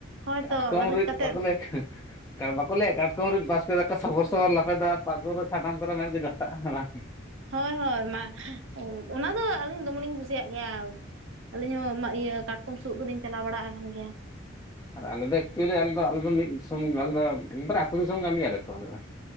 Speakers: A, on the right (about 70°); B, on the left (about 15°).
A: ᱦᱳᱭᱛᱚ
B: ᱠᱟᱴᱠᱚᱢ ᱨᱤᱫ
A: ᱠᱟᱛᱮᱫ
B: ᱵᱟᱠᱚ ᱞᱟᱹᱭ ᱵᱟᱠᱚ ᱞᱟᱹᱭᱼᱟ ᱠᱟᱴᱠᱚᱢ ᱨᱤᱫ ᱵᱟᱥᱠᱮ ᱫᱟᱠᱟ ᱚᱱᱠᱟ ᱥᱚᱵᱚᱨ ᱥᱚᱵᱚᱨ ᱞᱟᱯᱮᱫᱚᱼᱟ <unintelligible> ᱨᱮ ᱥᱟᱱᱟᱢ ᱠᱚᱫᱚ ᱢᱮᱫ ᱜᱮ ᱜᱷᱚᱴᱟᱜᱼᱟ ᱵᱟᱝ
A: ᱦᱳᱭ ᱦᱳᱭ ᱢᱟ ᱚᱱᱟ ᱫᱚ ᱟᱹᱞᱤᱧ ᱫᱚᱢᱮ ᱞᱤᱧ ᱠᱩᱥᱤᱭᱟᱜ ᱜᱮᱭᱟ ᱟᱹᱞᱤᱧ ᱦᱚᱸ ᱤᱭᱟᱹ ᱠᱟᱴᱠᱚᱢ ᱥᱩᱜ ᱫᱚᱞᱤᱧ ᱪᱟᱞᱟᱣ ᱵᱟᱲᱟ ᱟᱠᱟᱱ ᱜᱮᱭᱟ
B: ᱟᱨ ᱟᱞᱮ ᱫᱚ ᱮᱠᱪᱩᱭᱮᱞᱤ ᱟᱞᱮ ᱫᱚ ᱢᱤᱫ ᱫᱤᱥᱚᱢ ᱟᱞᱮ ᱫᱚ ᱮᱠᱵᱟᱨ ᱟᱹᱛᱩ ᱫᱤᱥᱚᱢ ᱠᱟᱱ ᱜᱮᱭᱟᱞᱮ ᱛᱚ ᱟᱞᱮ ᱫᱚ